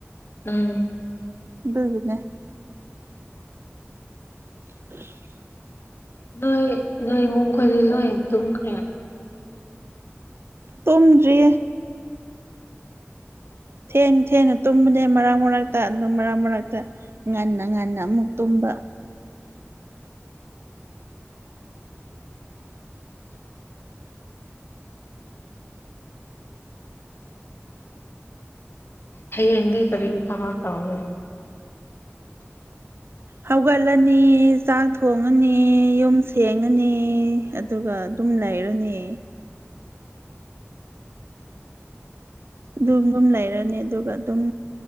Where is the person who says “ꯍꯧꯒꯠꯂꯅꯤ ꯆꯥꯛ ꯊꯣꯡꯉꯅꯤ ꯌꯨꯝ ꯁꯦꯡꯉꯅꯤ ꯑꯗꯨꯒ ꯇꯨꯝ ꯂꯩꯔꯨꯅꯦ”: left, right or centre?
Right